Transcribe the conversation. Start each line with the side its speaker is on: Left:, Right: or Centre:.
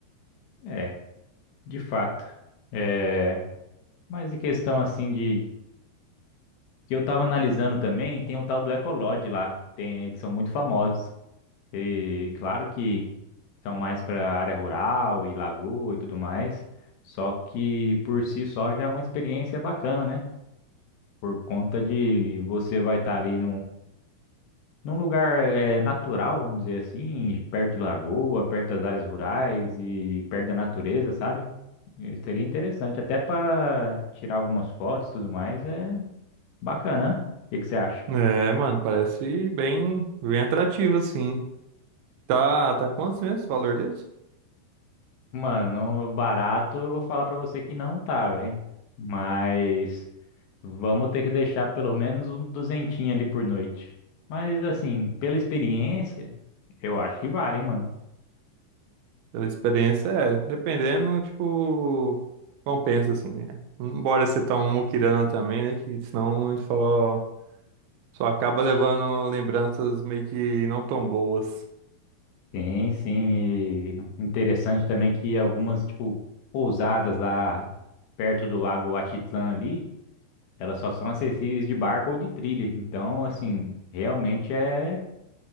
Left: é, de fato. É, mas em questão assim de que eu tava analisando também, tem o tal do Ecolodge lá, tem que são muito famosos. E claro que são mais para área rural e lagoa e tudo mais, só que por si só já é uma experiência bacana, né? Por conta de você vai estar ali Num lugar eh, natural, vamos dizer assim, perto de lagoa, perto das áreas rurais e perto da natureza, sabe? Eh, Seria interessante, até para tirar algumas fotos e tudo mais, é bacana. né? O que que você acha?
Right: É, mano, parece bem, bem atrativo, assim. Tá, tá quantos mesmo o valor desse?
Left: Mano, não barato, eu vou falar pra você que não tá, velho. Mas vamos ter que deixar pelo menos um duzentinho ali por noite. Mas assim, pela experiência, eu acho que vale, hein, mano.
Right: Pela experiência, é, dependendo, tipo, compensa, assim, né? Não bora ser tão muquirana também, né? Que senão a gente fala, ó, Só acaba levando lembranças meio que não tão boas.
Left: Sim, sim. e Interessante também que algumas, tipo, pousadas lá perto do Lago Atitlã ali, elas só são acessíveis de barco ou de trilha. Então, assim, realmente é